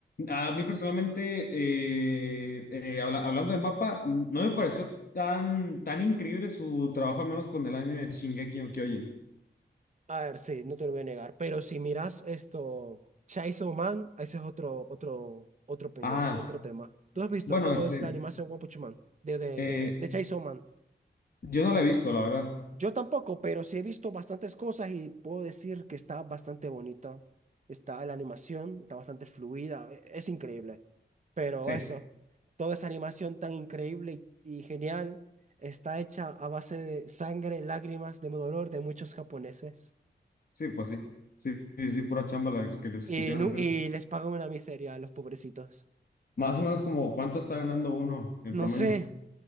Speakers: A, on the left; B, on the right.
A: a mí personalmente, eh, eh, habla- hablando de mapa, no me pareció tan, tan increíble su trabajo, al menos con el anime de Shingeki no Kyojin.
B: A ver, sí, no te lo voy a negar, pero si miras esto, Chainsaw Man, ese es otro, otro, otra opinión,
A: Ah,
B: ese es otro tema. ¿Tú has visto
A: bueno,
B: cómo
A: Ah, este,
B: es la animación One Punch Man? De, de,
A: eh,
B: de, de Chainsaw Man.
A: yo no la he visto, la verdad.
B: Yo tampoco, pero sí he visto bastantes cosas y puedo decir que está bastante bonita. Está la animación, está bastante fluida, e- es increíble. Pero
A: Sí,
B: eso, toda esa animación tan increíble y, y genial está hecha a base de sangre, lágrimas, de dolor de muchos japoneses.
A: sí, pues sí. Sí, sí, sí, pura chamba la que les
B: Y,
A: pusieron
B: nu-
A: enfrente.
B: y les pagan una miseria a los pobrecitos.
A: Más o menos como cuánto está ganando uno en
B: No
A: promedio.
B: sé,